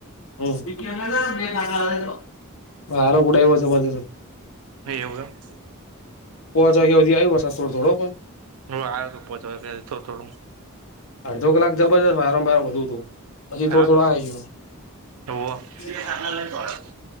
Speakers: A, on the left; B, on the right.
A: <unintelligible> રો ઉડાવ્યો જબરજસ્ત
B: હ એવું કે
A: પોચ વાગેયા શુધી આવી વરદ થો થોડો પણ.
B: હ આવ્યો તોું પહોચ થ થોડું.
A: અડધો કલાક જબરજસ્ત વારંવાર બધું હતું. હજી
B: હા
A: થોડા થોડા આયા
B: હોવ
A: જ હ.